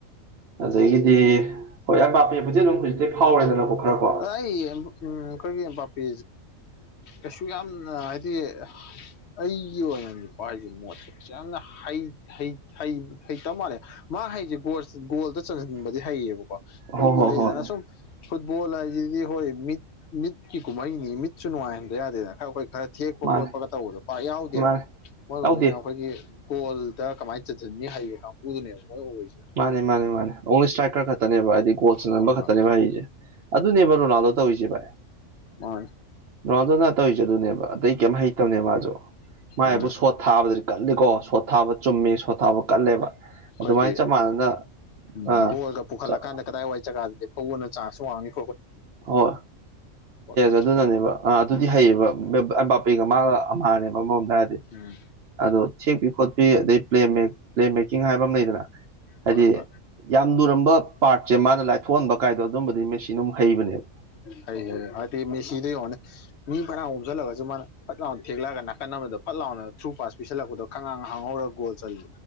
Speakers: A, on the right; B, on the left.
A: ꯑꯗꯒꯤꯗꯤ ꯍꯣꯏ ꯑꯞꯄꯥꯄꯦꯕꯨꯗꯤ ꯑꯗꯨꯝ ꯐꯥꯎꯔꯦꯗꯅꯀꯣ ꯈꯔ ꯀꯣ
B: ꯑꯥꯏ ꯎꯝ ꯈꯨꯣꯏꯒꯤ ꯃꯝꯕꯥꯞꯄꯤ ꯀꯩꯁꯨ ꯌꯥꯝꯅ ꯍꯥꯏꯗꯤ ꯑꯩꯒꯤ ꯑꯣꯏꯅꯗꯤꯀꯣ ꯍꯥꯏꯁꯦ ꯃꯣꯠꯁꯦ ꯀꯩꯁꯨ ꯌꯥꯝꯅ ꯍꯩ ꯍꯩ ꯍꯩ ꯍꯩꯇ ꯃꯥꯜꯂꯦ ꯃꯥ ꯍꯩꯁꯦ ꯒꯣꯜ ꯒꯣꯜꯗ ꯆꯟꯖꯟꯕꯗꯤ ꯍꯩꯌꯦꯕꯀꯣ ꯑꯩꯈꯣꯏꯒꯤ
A: ꯍꯣ ꯍꯣ
B: ꯂꯩꯗꯅ
A: ꯍꯣꯏ
B: ꯁꯨꯝ ꯐꯨꯠꯕꯣꯜ ꯍꯥꯏꯁꯤꯗꯤ ꯍꯣꯏ ꯃꯤꯠ ꯃꯤꯠꯀꯤ ꯀꯨꯝꯍꯩꯅꯤ ꯃꯤꯠꯁꯨ ꯅꯨꯡꯉꯥꯏꯍꯟꯗ ꯌꯥꯗꯦꯗꯅ ꯈꯔ ꯑꯩꯈꯣꯏ ꯈꯔ ꯊꯦꯛꯄ
A: ꯃꯥꯅꯦ
B: ꯈꯣꯠꯄꯒ ꯇꯧꯕꯗꯣ ꯄꯥꯛ ꯌꯥꯎꯗꯦꯕ
A: ꯃꯥꯅꯦ
B: ꯃꯣꯏꯒꯨꯝꯕꯖꯤꯅ
A: ꯌꯥꯎꯗꯦ
B: ꯑꯩꯈꯣꯏꯒꯤ ꯒꯣꯜꯗ ꯀꯃꯥꯏꯅ ꯇꯧ ꯆꯟꯖꯟꯅꯤ ꯍꯩꯕ ꯀꯥꯡꯕꯨꯗꯨꯅꯦꯕ ꯃꯣꯏ ꯑꯣꯏꯔꯤꯁꯤꯅ
A: ꯃꯥꯅꯦ ꯃꯥꯅꯦ ꯃꯥꯅꯦ ꯑꯣꯡꯂꯤ ꯏꯁꯇ꯭ꯔꯥꯛꯀꯔ ꯈꯛꯇꯅꯦꯕ ꯍꯥꯏꯗꯤ ꯒꯣꯜ ꯆꯟꯖꯅꯟ
B: ꯍꯣꯏ
A: ꯈꯛꯇꯅꯦꯕ
B: ꯍꯣꯏ
A: ꯍꯩꯔꯤꯁꯦ ꯑꯗꯨꯅꯦꯕ ꯔꯣꯅꯥꯜꯗꯣ ꯇꯧꯔꯤꯁꯦ ꯚꯥꯏ
B: ꯃꯥꯅꯤ
A: ꯔꯣꯅꯥꯜꯗꯣꯅ ꯇꯧꯏꯁꯦ ꯑꯗꯨꯅꯦꯕ ꯑꯇꯩ ꯀꯩꯝ ꯍꯩꯇꯕꯅꯦ ꯃꯥꯁꯨ ꯃꯥꯏꯕꯨ
B: ꯎꯝ
A: ꯁꯣꯠ ꯊꯥꯕꯗꯗꯤ ꯀꯠꯂꯤꯀꯣ ꯁꯣꯠ ꯊꯥꯕ ꯆꯨꯝꯃꯤ ꯁꯣꯠ ꯊꯥꯕ ꯀꯜꯂꯦꯕ
B: ꯑꯩꯈꯣꯏꯒꯤ
A: ꯑꯗꯨꯃꯥꯏꯅ ꯆꯞ ꯃꯥꯟꯅꯅ
B: ꯎ
A: ꯑꯥ
B: ꯕꯣꯜꯒ ꯄꯨꯈꯠꯂꯀꯥꯟꯗ ꯀꯗꯥꯏ ꯋꯥꯏ ꯖꯒꯥꯗꯤ ꯍꯧꯕꯅ ꯆꯥꯟꯁꯨ ꯋꯥꯡꯉꯤ
A: ꯍꯣꯏ
B: ꯄꯣꯠꯇꯣ
A: ꯑꯗꯨꯅꯅꯦꯕ ꯑꯥ ꯑꯗꯨꯗꯤ ꯍꯩꯌꯦꯕ ꯕꯥꯄꯦꯒ ꯃꯥꯒ ꯑꯝꯍꯥꯅꯦꯕ ꯑꯃꯔꯣꯝꯗ ꯍꯥꯏꯔꯗꯤ
B: ꯎꯝ
A: ꯑꯗꯣ ꯊꯦꯛꯄꯤ ꯈꯣꯠꯄꯤ ꯑꯗꯩꯩ ꯄ꯭ꯂꯦ ꯃꯦꯛ ꯄ꯭ꯂꯦ ꯃꯦꯀꯤꯡ ꯍꯥꯏꯕ ꯑꯃ ꯂꯩꯗꯅ ꯍꯥꯏꯗꯤ
B: ꯍꯣꯏ ꯍꯣꯏ
A: ꯌꯥꯝ ꯂꯨꯔꯝꯕ ꯄꯥꯔꯠꯁꯦ ꯃꯥꯅ ꯂꯥꯏꯊꯣꯛꯍꯟꯕ ꯀꯥꯏꯗꯣ ꯑꯗꯨꯝꯕꯗꯤ ꯃꯦꯁꯤꯅ ꯑꯃꯨꯛ ꯍꯩꯕꯅꯦꯕ
B: ꯍꯥꯏ ꯑꯗꯤ ꯃꯤꯁꯤꯗꯣ ꯌꯦꯡꯉꯣꯅꯦ ꯃꯤ ꯐꯥꯅꯌꯥꯝ ꯑꯣꯝꯁꯤꯜꯂꯒꯁꯨ ꯃꯥꯅ ꯐꯠ ꯂꯥꯎꯅ ꯊꯦꯛꯂꯛꯑꯒ ꯅꯥꯀꯟ ꯑꯃꯗ ꯐꯠ ꯂꯥꯎꯅ ꯊ꯭ꯔꯨ ꯄꯥꯁ ꯄꯤꯁꯤꯜꯂꯛꯄꯗꯣ ꯈꯪꯉꯥꯡ ꯍꯥꯡꯍꯧꯔꯒ ꯒꯣꯜ ꯆꯜꯂꯤ